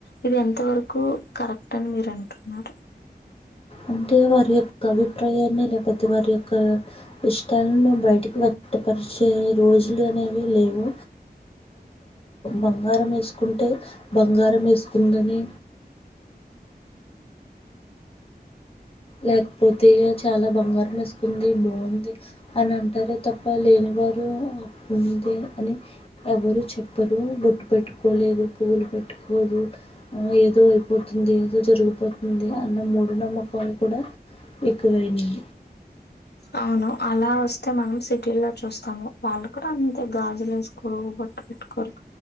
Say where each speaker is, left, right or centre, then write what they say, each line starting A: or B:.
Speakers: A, on the left; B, on the left.
A: ఇది ఎంత వరకు కరెక్ట్ అని మీరు అంటున్నారు
B: అంటే వారి యొక్క అభిప్రాయాన్ని లేకపోతే వారి యొక్క ఇష్టాలను బయటికి వెట్టపరిచే రోజులు అనేవి లేవు బంగారం వేసుకుంటే బంగారం వేసుకుందని లేకపోతే చాలా బంగారం వేసుకుంది బాగుంది అని అంటారే తప్ప లేనివారు ఉంది అని ఎవరు చెప్పరు బొట్టు పెట్టుకోలేదు పువ్వులు పెట్టుకోదు ఆ ఏదో అయిపోతుంది ఏదో జరిగిపోతుంది అన్న మూడు నమ్మకాలకు కువైనయ్
A: అవును అలా వస్తే మనం సిటీల్లో చూస్తాము వాళ్ళు కూడా అంతే గాజులు వేసుకోరు బొట్ట పెట్టుకోరు